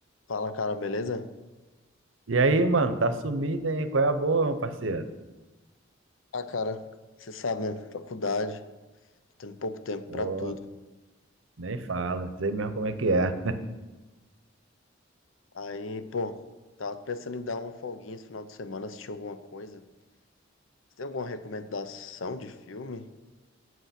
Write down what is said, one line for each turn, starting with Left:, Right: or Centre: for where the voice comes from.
Left: Fala, cara, beleza?
Right: E aí, mano, tá sumido, hein? Qual é a boa, meu parceiro?
Left: Ah, cara, você sabe, né? Faculdade, tendo pouco tempo
Right: Pô,
Left: pra tudo.
Right: nem fala, não sei mesmo como é que é.
Left: Aí, pô, tava pensando em dar uma folguinha esse final de semana, assistir alguma coisa. Você tem alguma recomendação de filme?